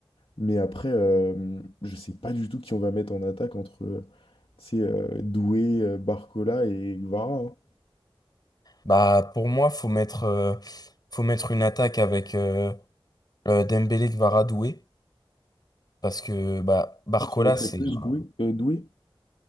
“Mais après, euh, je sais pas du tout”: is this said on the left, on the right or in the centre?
Left